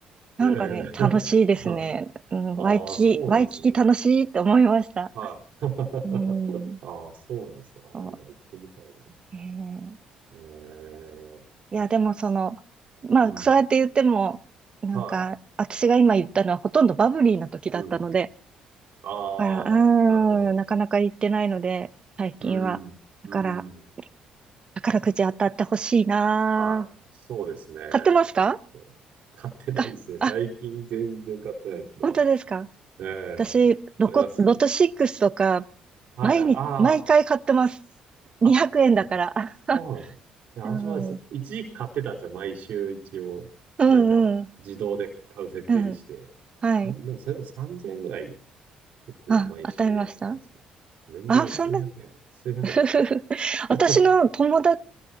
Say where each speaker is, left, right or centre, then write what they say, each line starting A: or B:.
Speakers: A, on the right; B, on the right.
A: なんかね、
B: ええ
A: 楽しいですね。
B: <laughs> はい
A: うん、
B: ああ、
A: ワイキキ、
B: そうなんですね。
A: ワイキキ楽しいって思いました。
B: はい。
A: うん。
B: <laughs> ああ、そうなんですね。ああ、
A: そう
B: 今行ってみたいな。
A: えー
B: ええいやいいですね。
A: いや、でもその、まあ、
B: うん。
A: そうやって言っても、なんか、
B: は
A: 私が今言ったのはほとんどバブリーな時だったので、
B: い。うん。ああ、
A: だから
B: なるほど。
A: うーん、なかなか行ってないので、最近は。
B: うん。
A: だから、
B: うん。
A: 宝くじ当たってほしいなぁ。
B: はい。そうですね。
A: 買ってますか
B: ちょっと。買ってないですね。
A: かあ、
B: 最近全然買ってないですね。
A: 本当ですか
B: ええ、
A: 私、ロコ、
B: あります
A: ロト6とか、
B: はい。
A: 毎日、
B: あ
A: 毎回買ってます。200円だから。
B: あ、あ、ま
A: <laughs>
B: そう。いや、
A: うん、
B: 私もです一時期買ってたんですよ。
A: うん、
B: 毎週一応。
A: う
B: なんか、
A: ん、
B: 自動で買う設定にして。
A: うん。
B: 三でもそれでも3000円ぐらい
A: はい。
B: 結構毎週やったんですけど。
A: あ、当たりました
B: 全然数百円、
A: あ、そんな、
B: 数百円ですよね。
A: <laughs> 私の友達、
B: <laughs>